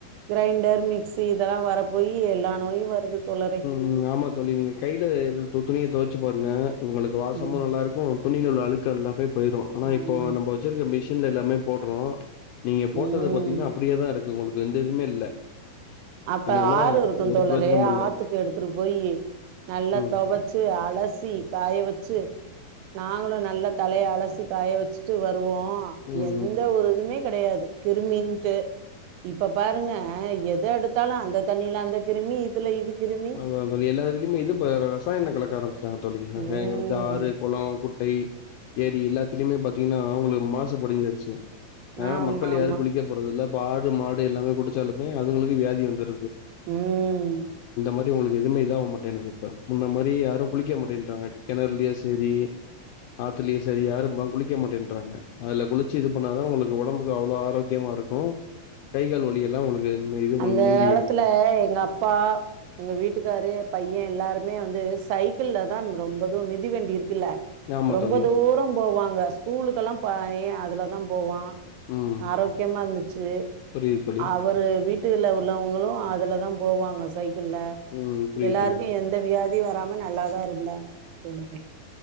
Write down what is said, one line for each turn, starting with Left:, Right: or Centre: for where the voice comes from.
Right: கெரைண்டர், மிக்சி இதெல்லா வரப்போயி எல்லா நோயு வருது தோழரே
Left: ம் ஆமா தோழி நீங்க கைல எது துணிய தொவச்சு பாருங்க உங்களுக்கு வாசமு
Right: ம்
Left: நல்லாருக்கு துணில உள்ள அழு <unintelligible> போயிருவோ ஆனா
Right: ஆமா
Left: இப்போ நம்ப வெச்சிருக்க மிஷி ன்ல எல்லாமே போடுறோ நீங்க போட்டது
Right: ம்
Left: பாத்தீங்கன்னா அப்டியேதா இருக்கு உங்களுக்கு எந்த இதுமே இல்ல
Right: அப்ப
Left: அதனால
Right: ஆறு இருக்கு
Left: ஒரு
Right: தோழரே
Left: பிரயோஜனமு இல்ல
Right: ஆத்து க்கு எடுத்துடு போய் நல்லா
Left: ம்
Right: தொவச்சு அலா சி காய வச்சு நாங்களும் நல்ல தலைய அலசி காய வச்சுட்டு வந் ருவோம்
Left: ம்
Right: எந்த ஒரு இதுமே கிடையாது கிருமின்ட்டு இப்ப பாருங்க எத எடுத் தாலு அந்த தண்ணியில அந்த கிருமி இதுல இது கிருமி
Left: அதான் தோழி எல்லா இதுலயமே இது பா இரசாயன கலக்க ஆரம்பிச் டாங்க தோழி
Right: ம்
Left: <unintelligible> ஆறு கொளம் குட்டை ஏரி எல்லாத்துலயுமே பாத்தீங்கன்னா அவ்ளோ மாசு படிஞ்சிருச்சு அதனால
Right: ஆமா
Left: மக்கள்
Right: ஆமா
Left: யாரும் குளிக்க போறதுல்ல ஆடு மாடு எல்லாமே குடிச்சாலுமே அதுங்களுக்கு வியாதி வந்துரு
Right: உம்
Left: <unintelligible> எதுவுமே இதாக மாட்டேங்குது இப்ப முன்ன மாரி யாரும் குளிக்க மாட்டேன்றாங்க கெணர்லியா சரி ஆத்துலயே சரி யாரும் இப்பலா குளிக்க மாட்டேன்றாங்க அதுல குளிச்சு இது பண்ணாதான் உங்களுக்கு உடம்புக்கு அவ்ளோ ஆரோக்கியமா இருக்கும் கை கால் வலியெலாம் உங்களுக்கு இது
Right: அந்த
Left: பண் நீங்கி
Right: காலத்துல
Left: விடு
Right: எங்க அப்பா எங்க வீட் ட்டுக்காரு பையன் எல்லாருமே வந்து சைக்கிள் தான் ரொம்பதூரம் மிதிவண்டியிருக்கு ல
Left: ஆமா
Right: ரொம்ப
Left: தோழி
Right: தூரம் போவாங்க ஸ்கூலுக்கெல்லாம் பையன் அதுல தான் போவான்
Left: ம்
Right: ஆரோக்கியமா இருந்துச்சு
Left: புரியுது தோழி
Right: அவரு வீட் ட்டு உள்ளவங்களும் அதுல தான் போவாங்க சைக்கிள் ல்ல
Left: ம் புரியுது
Right: எல்லாருமே
Left: தோழி
Right: எந்த வியாதி வராம நல்லாதான் இருந்தோம் தோழரே